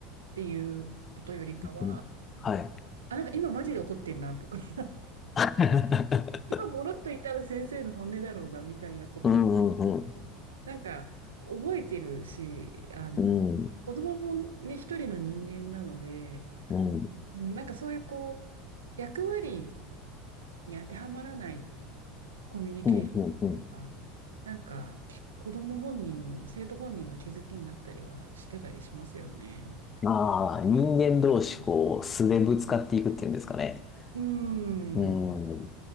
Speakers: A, on the right; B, on the left.
A: ていうことよりかは、
B: んはい。
A: あ、なんか今マジで怒ってんなとか、<laughs>
B: <laughs>
A: 今ボロッと言ったら先生の本音だろうなみたいなこと
B: うんうんうん。
A: なんか、覚えてるし、あの、
B: うん
A: 子供もね、一人の人間なので、
B: うん
A: うんなんかそういうこう、役割に当てはまらないコミュニケーションの方が、
B: うんうんうん
A: なんか、子供本人の、生徒本人の気づきになったりはしてたりしますよね。
B: ああ、人間同士、こう、素でぶつかっていくっていうんですかね。
A: うん、
B: う
A: う
B: ん。